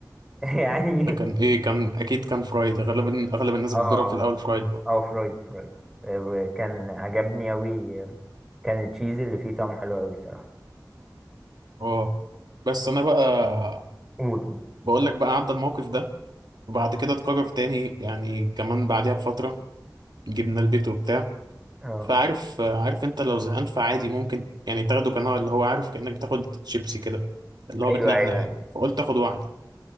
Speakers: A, in the centre; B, on the right.
A: <laughs> يعني
B: ده كان ايه كان اكيد كان فرايد غالبا اغلب الناس
A: اه
B: بتجرب في الاول
A: اه
B: فرايد بقى
A: آه، فرويد فرويد آه، وكان عجبني اوي آه، كان التشيز اللي فيه طعمه حلو اوي الصراحه
B: اه بس انا بقى
A: قول قول
B: بقول لك بقى عدى الموقف ده وبعد كده اتكرر تاني يعني كمان بعديها بفتره جبناه البيت وبتاع
A: اه
B: فعارف عارف انت لو زهقان فعادي ممكن يعني تاخده كنوع اللي هو عارف كأنك بتاخد شيبسي كده اللي هو
A: ايوه
B: بتنقنق
A: ايوه
B: يعني
A: ايوه
B: فقلت اخد واحدة